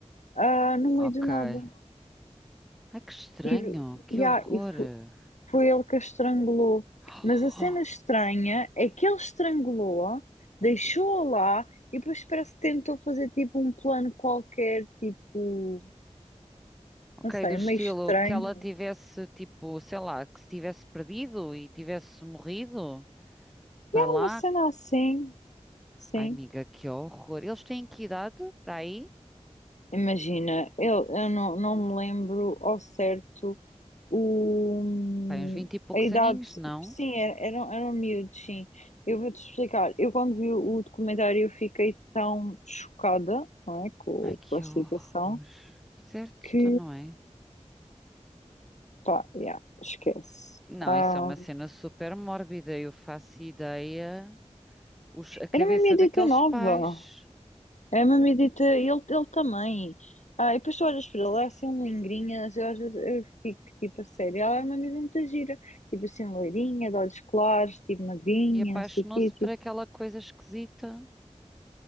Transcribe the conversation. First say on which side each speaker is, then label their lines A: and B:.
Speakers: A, on the left; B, in the centre.
A: Ah, no
B: Ok.
A: meio do nada.
B: Ai, que estranho.
A: E,
B: Que
A: e,
B: horror.
A: há- e, fo- Foi ele que a estrangulou.
B: <gasps> Oh,
A: Mas a cena estranha é que ele estrangulou-a, deixou-a lá e depois parece que tentou fazer tipo um plano qualquer, tipo,
B: Ok,
A: não sei,
B: do estilo
A: meio estranho.
B: que ela tivesse, tipo, sei lá, que se tivesse perdido e tivesse morrido para
A: E é
B: lá.
A: uma cena assim, sim.
B: Ai, amiga, que horror. Eles têm que idade para aí?
A: Imagina, eu, eu não, não me lembro ao certo o,
B: Pai, uns vinte e poucos
A: a idade.
B: aninhos, não?
A: Sim, era- eram, eram miúdos, sim. Eu vou-te explicar. Eu, quando vi o documentário, eu fiquei tão chocada, não é, com,
B: Ai, que
A: com a
B: horror.
A: situação,
B: Certo,
A: que,
B: então não é?
A: pá, yeah, esquece.
B: Não,
A: Ah,
B: isso é uma cena super mórbida. Eu faço ideia. Os- a cabeça
A: era uma miúdita
B: daqueles
A: nova.
B: pais.
A: É uma medita, ele, ele também. Ah, e depois tu olhas para ele, é assim um lingrinhas, eu às vezes eu fico tipo a sério, ela é uma amiga muito gira, tipo assim, loirinha, de olhos claros, tipo magrinha,
B: E apaixonou-se
A: não sei o quê, tipo,
B: por aquela coisa esquisita.